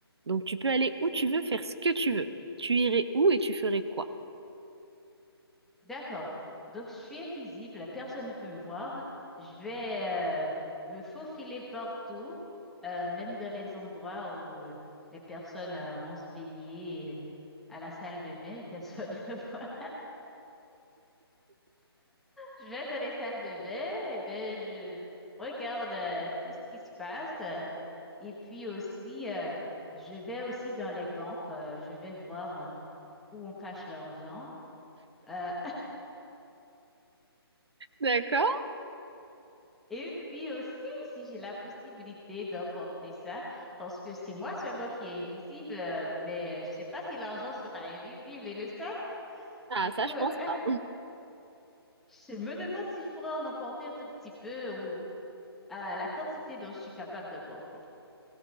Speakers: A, on the right (about 85°); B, in the centre.
A: Donc, tu peux aller où tu veux, faire ce que tu veux. Tu irais où et tu ferais quoi?
B: D'accord. Donc je suis invisible, personne ne peut me voir. Je vais euh, me faufiler partout, euh, même dans les endroits où euh, les personnes euh, vont se baigner. euh, À la salle de bain, personne <laughs> ne voit. Je vais dans les salles de bain, et ben je regarde euh, tout ce qui se passe. euh, Et puis aussi, euh, je vais aussi dans les banques, euh, je vais voir euh, où on cache l'argent. euh,
A: D'accord?
B: et puis aussi, si j'ai la possibilité d'emporter ça, parce que c'est moi seulement qui est invisible, euh, mais euh, je sais pas si l'argent sera invisible et le sac.
A: Ah,
B: Du
A: ça,
B: coup,
A: je
B: euh,
A: pense
B: <laughs>
A: pas.
B: je me demande si je pourrais en emporter un tout petit peu ou euh, la quantité dont je suis capable d'emporter.